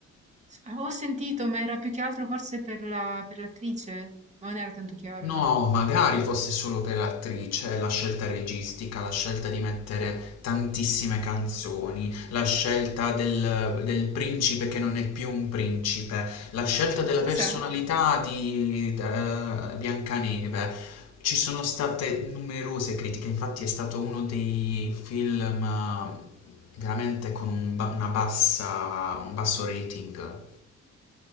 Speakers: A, on the right; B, on the left.
A: avevo sentito, ma era più che altro forse per la, per l'attrice, ma non era tanto chiaro.
B: No, magari fosse solo per l'attrice, la scelta registica, la scelta di mettere tantissime canzoni, la scelta del, del principe che non è più un principe, la scelta della
A: Cos'è?
B: personalità di eh, Biancaneve. Ci sono state numerose critiche, infatti è stato uno dei film eh, veramente con un ba- una bassa, un basso rating.